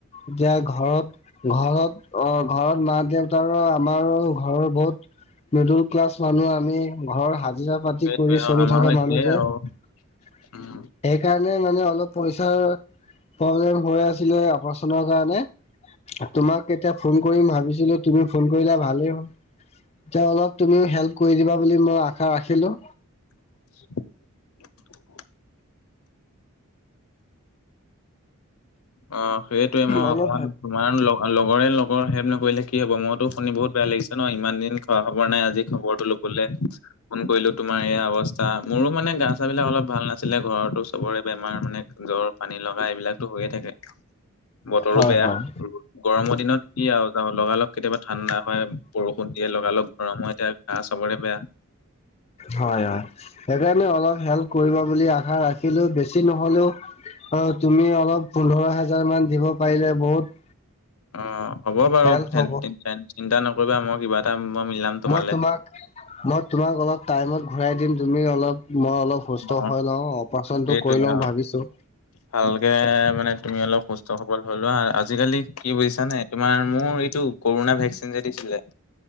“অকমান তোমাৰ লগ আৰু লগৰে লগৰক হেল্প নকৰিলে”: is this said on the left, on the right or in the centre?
Left